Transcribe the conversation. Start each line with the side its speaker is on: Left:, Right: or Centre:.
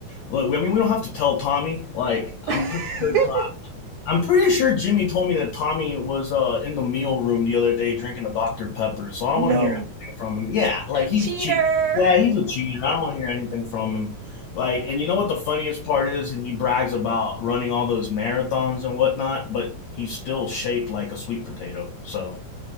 Left: look, I mean, we don't have to tell Tommy. Like
Right: <laughs>
Left: I'm pretty sure. Tom- I'm pretty sure Jimmy told me that Tommy was uh, in the meal room the other day drinking a Dr. Pepper, so I don't
Right: No.
Left: want to hear anything from him. Yeah, like he's
Right: Cheater.
Left: cheating. Yeah, he's a cheater. I don't want to hear anything from him. Like, and you know what the funniest part is? And he brags about running all those marathons and whatnot, but he's still shaped like a sweet potato. So